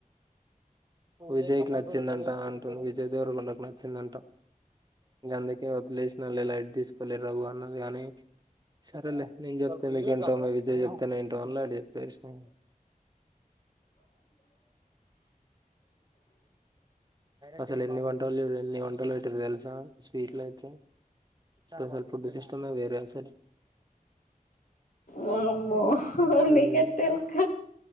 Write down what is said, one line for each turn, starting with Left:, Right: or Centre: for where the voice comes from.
Right: విజయ్ కి నచ్చిందంటా అంటున్ విజయ్ దేవరకొండకి నచ్చిందంటా. గందుకే వదిలేసినళ్లే లైట్ తీసుకోలే రఘు అన్నది కాని, సరేలే నేను చెప్తలే గంటోన్నా విజయ్. తేల్ ఇంటోలే ఎట్ చెప్పేశినవ్. అసలు ఎన్ని వంటలు ఎన్ని వంటలు పెట్టిర్ తెలుసా స్వీట్లు అయితే అసలు ఫుడ్ సిస్టమ్ వేరే అసలు
Left: వామ్మో
Right: హ్మ్.
Left: నీకెట్ట తెల్క